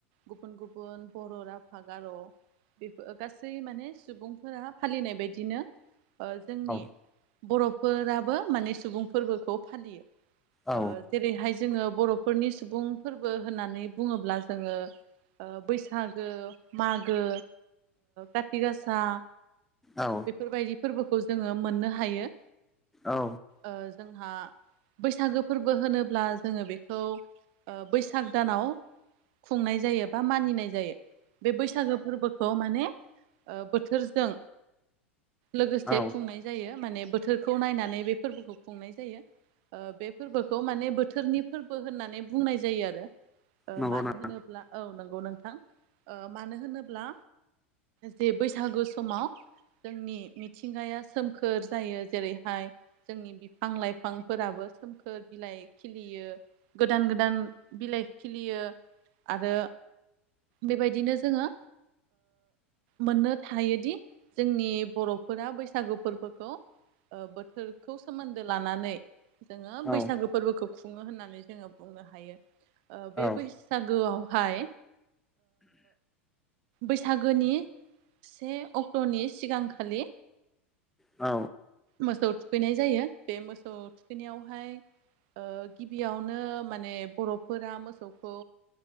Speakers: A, on the right; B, in the centre.
A: गुबुन गुबुन बर' राभा गार' बेफोर गासै माने सुबुंफोरा फालिनाय बायदिनो जोंनि
B: औ
A: बर'फोराबो माने सुबुं फोरबोखौ फालियो
B: औ
A: जेरैहाय जोङो बर'फोरनि सुबुं फोरबो होननानै बुङोब्ला जोङो बैसागो मागो काति गासा
B: औ
A: बेफोरबायदि फोरबोखौ जोङो मोननो हायो
B: औ
A: ओ जोंहा बैसागो फोरबो होनोब्ला जोङो बेखौ बैसाग दानाव खुंनाय जायो बा मानिनाय जायो बे बैसागो फोरबोखौ माने बोथोरजों लोगोसे
B: औ
A: खुंनाय जायो माने बोथोरखौ नायनानै बे फोरबोखौ खुंनाय जायो बे फोरबोखौ माने बोथोरनि फोरबो होननानै बुंनाय जायो आरो
B: नंगौ
A: मानो
B: नों
A: होनोब्ला औ नंगौ नोंथां मानो होनोब्ला जे बैसागो समाव जोंनि मिथिंगाया सोमखोर जायो जेरैहाय जोंनि फां लाइफांफोराबो सोमखोर बिलाइ खिलियो गोदान गोदान बिलाइ खिलियो आरो बेबायदिनो जोङो मोननो थायोदि जोंनि बर'फोरा बैसागु फोरबोखौ बोथोरखौ सोमोन्दो लानानै जोङो
B: औ
A: बैसागो फोरबोखौ खुङो होननानै जोङो बुंनो हायो बे
B: औ
A: बैसागोआवहाय बैसागोनि से अक्ट'नि सिगांखालि
B: औ
A: मोसौ थुखैनाय जायो बे मोसौ थुखैनायावहाय गिबियावनो माने बर'फोरा मोसौखौ